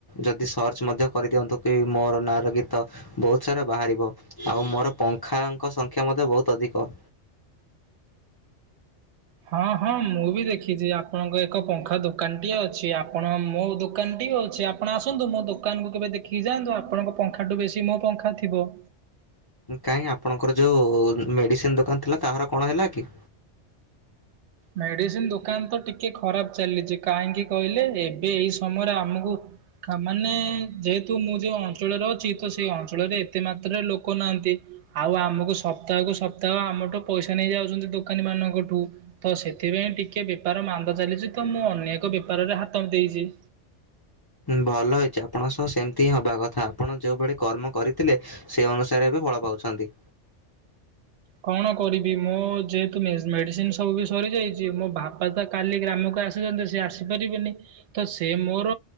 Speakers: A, on the left (about 25°); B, on the right (about 70°).
A: ଯଦି ସର୍ଚ୍ଚ ମଧ୍ୟ କରିଦିଅନ୍ତୁ କି ମୋର ନାଁ ର ଗୀତ। ବହୁତ ସାରା ବାହାରିବ ଆଉ ମୋର ପଙ୍ଖାଙ୍କ ସଂଖ୍ୟା ମଧ୍ୟ ବହୁତ ଅଧିକ।
B: ହଁ ହଁ ମୁଁ ବି ଦେଖିଚି ଆପଣଙ୍କ ଏକ ପଙ୍ଖା ଦୋକାନଟିଏ ଅଛି ଆପଣ ମୋ ଦୋକାନଟି ହୋଉଚି ଆପଣ ଆସନ୍ତୁ ମୋ ଦୋକାନକୁୁ କେବେ ଦେଖିକି ଯାଆନ୍ତୁ ଆପଣଙ୍କ ପଙ୍ଖାଠୁ ବେଶୀ ମୋ ପଙ୍ଖା ଥିବ।
A: କାହିଁ ଆପଣଙ୍କର ଯୋଉ ମେଡିସିନ ଦୋକାନ ଥିଲା ତାହାର କଣ ହେଲା କି?
B: ମେଡିସିନ ଦୋକାନ ତ ଟିକେ ଖରାପ ଚାଲିଚି କାହିଁକି କହିଲେ ଏବେ ଏଇ ସମୟରେ ଆମକୁ ମାନେ ଯେହେତୁ ମୁଁ ଯୋଉ ଅଞ୍ଚଳରେ ଅଛି ତ ସେ ଅଞ୍ଚଳରେ ଏତେ ମାତ୍ରାରେ ଲୋକ ନାହାନ୍ତି। ଆଉ ଆମକୁ ସପ୍ତାହକୁୁ ସପ୍ତାହ ଆମଠୁ ପଇସା ନେଇଯାଉଛନ୍ତି ଦୋକାନୀ ମାନଙ୍କଠୁ। ତ ସେଥିପାଇଁ ଟିକିଏ ବେପାର ମାନ୍ଦା ଚାଲିଚି ତ ମୁଁ ଅନ୍ୟ ଏକ ବେପାରରେ ହାତ ଦେଇଚି
A: ଭଲ ହୋଇଚି ଆପଣଙ୍କ ସହ ସେମିତି ହିଁ ହେବା କଥା ଆପଣ ଯେଉଁଭଳି କର୍ମ କରିଥିଲେ ସେଇ ଅନୁସାରେ ଏବେ ଫଳ ପାଉଛନ୍ତି।
B: କଣ କରିବି ମୋ ଯେହେତୁ ମେଡ଼ିସିନ ସବୁ ବି ସରିଯାଇଚି ମୋ ବାପା ତା କାଲି ଗ୍ରାମକୁ ଆସିଚନ୍ତି ସେ ଆସିପାରିବେନି। କିନ୍ତୁ ସେ ମୋର